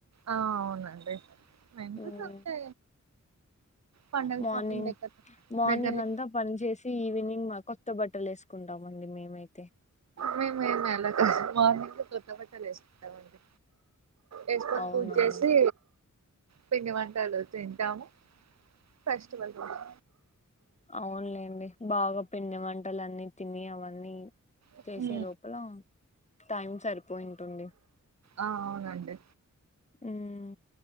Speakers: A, on the right; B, on the left.
A: ఆ అవునండి మేము కూడా
B: ఉమ్
A: అంతే పండగ
B: మార్నింగ్
A: షాపింగ్ దగ్గర
B: మార్నింగ్
A: దగ్గరలో
B: అంతా పన్ చేసి ఈవినింగ్ మ కొత్త బట్టల్ ఏస్ కుంటామండి మేమైతే
A: మేమేమీ అలా కాదు మార్నింగ్ కొత్తబట్టల్ ఏస్కుంటామండి. ఏస్కొని
B: అవునవును
A: పూజ్జేసి పిండి వంటలు తింటాము. ఫెస్టివల్ రోజు
B: అవున్లేండి బాగా పిండి వంటలన్ని తిని అవన్నీ
A: రోజు
B: చేసే లోపల టైం సరిపోయి ఉంటుంది.
A: ఆ అవునండి.
B: ఉమ్